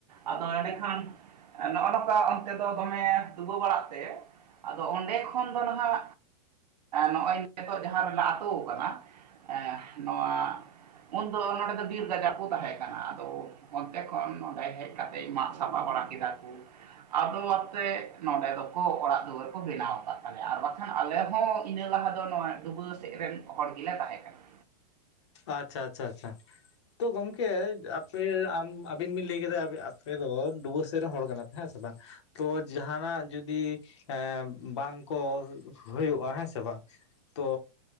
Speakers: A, on the right (about 85°); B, on the left (about 45°).
A: ᱟᱫᱚ ᱮᱸᱰᱮᱠᱷᱟᱱ ᱱᱚᱜᱼᱚ ᱱᱚᱝᱠᱟ ᱚᱱᱛᱮ ᱫᱚ ᱫᱚᱢᱮ ᱰᱩᱵᱟᱹ ᱵᱟᱲᱟᱜ ᱛᱮ ᱟᱫᱚ ᱚᱸᱰᱮ ᱠᱷᱚᱱ ᱫᱚ ᱱᱟᱦᱟᱜ ᱱᱚᱜᱼᱚᱭ ᱱᱤᱛᱚᱜ ᱡᱟᱦᱟᱸ ᱢᱤᱜᱴᱟᱝ ᱟᱹᱛᱩ ᱠᱟᱱᱟ ᱮᱸ ᱱᱚᱣᱟ ᱩᱱᱫᱚ ᱱᱚᱸᱰᱮ ᱫᱚ ᱵᱤᱨ ᱜᱟᱡᱟᱲ ᱠᱩ ᱛᱟᱦᱮᱸ ᱠᱟᱱᱟ ᱟᱫᱚ ᱚᱱᱛᱮ ᱠᱷᱚᱱ ᱱᱚᱸᱰᱮ ᱦᱮᱡ ᱠᱟᱛᱮ ᱢᱟᱜ ᱥᱟᱯᱟ ᱵᱟᱲᱟ ᱠᱮᱫᱟ ᱠᱚ ᱟᱫᱚ ᱟᱛᱮ ᱱᱚᱸᱰᱮ ᱫᱚ ᱠᱚ ᱚᱲᱟᱜ ᱫᱩᱣᱟᱹᱨ ᱠᱚ ᱵᱮᱱᱟᱣ ᱠᱟᱫ ᱛᱟᱞᱮᱭᱟ ᱟᱨ ᱵᱟᱠᱷᱟᱱ ᱟᱞᱮ ᱦᱚᱸ ᱤᱱᱟᱹ ᱞᱟᱦᱟ ᱫᱚ ᱱᱚᱣᱟ ᱰᱩᱵᱟᱹ ᱛᱮᱜᱮᱞᱮᱱ ᱦᱚᱲ ᱜᱮᱞᱮ ᱛᱟᱦᱮᱸ ᱠᱟᱱᱟ ᱾
B: ᱟᱪᱪᱷᱟ ᱟᱪᱪᱷᱟ ᱟᱪᱪᱷᱟ ᱾ ᱛᱚ ᱜᱚᱝᱠᱮ ᱟᱯᱮ ᱟᱢ ᱟᱵᱤᱱ ᱵᱤᱱ ᱞᱟᱹᱭ ᱠᱮᱫᱟ ᱟᱯᱮ ᱫᱚ ᱰᱩᱵᱟᱹ ᱥᱮᱜ ᱨᱮᱱ ᱦᱚᱲ ᱠᱟᱱᱟ ᱯᱮ ᱦᱮᱸ ᱥᱮ ᱵᱟᱝ ᱛᱚ ᱡᱟᱦᱟᱱᱟᱜ ᱡᱩᱫᱤ ᱮᱸ ᱵᱟᱱ ᱠᱚ ᱦᱩᱭᱩᱜᱼᱟ ᱦᱮᱸ ᱥᱮ ᱵᱟᱝ ᱛᱚ